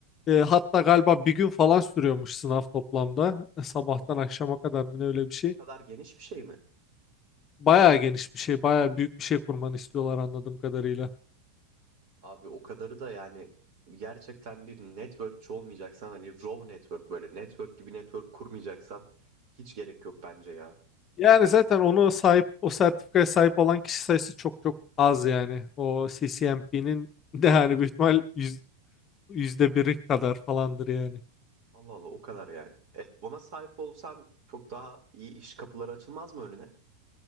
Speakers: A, on the left (about 30°); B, on the right (about 50°).
A: E, hatta galiba bir gün falan sürüyormuş sınav toplamda. E, sabahtan
B: Oğlum
A: akşama kadar mı ne öyle bir şey.
B: bu kadar geniş bir şey mi?
A: Bayağı geniş bir şey, bayağı büyük bir şey kurmanı istiyorlar anladığım kadarıyla.
B: Abi o kadarı da yani gerçekten bir networkçi olmayacaksan hani raw network böyle network gibi network kurmayacaksan hiç gerek yok bence ya.
A: Yani zaten onu sahip, o sertifikaya sahip olan kişi sayısı çok çok az yani. O CCMP'nin <laughs> de yani büyük ihtimal yüzde biri kadar falandır yani.
B: Allah Allah o kadar yani. E, ona sahip olsan çok daha iyi iş kapıları açılmaz mı önüne?